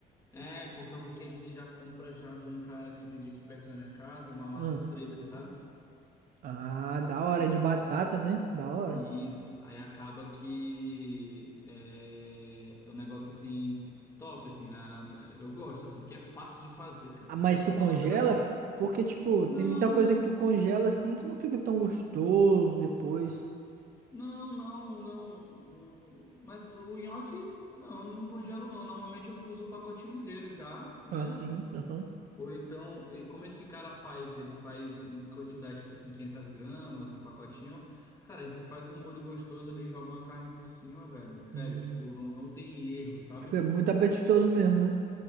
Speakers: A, on the left; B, on the right.
A: É, por causa que a gente já compra já de um cara que vende aqui perto da minha casa, uma massa
B: Ah,
A: fresca, sabe?
B: ah, da hora, é de batata, né? Da hora.
A: Isso, aí acaba que é, é um negócio assim, top, assim, né? Eu gosto, assim, porque é fácil de fazer, cara.
B: Ah, mas tu
A: Você
B: congela?
A: coloca na água ali.
B: Porque, tipo,
A: Não,
B: tem muita coisa que tu congela assim que não fica tão gostoso depois.
A: não, não, não. o- Mas o nhoque, não, eu não congelo, não. Normalmente eu uso o pacotinho inteiro já, né?
B: Assim, aham.
A: Ou então, e como esse cara faz, ele faz em quantidade, tipo assim, 500 gramas, um pacotinho. Cara, a gente só faz um molho gostoso ali, joga uma carne por cima, velho. Sério,
B: Hum,
A: tipo, não, não tem erro, sabe?
B: Fica muito apetitoso mesmo, né?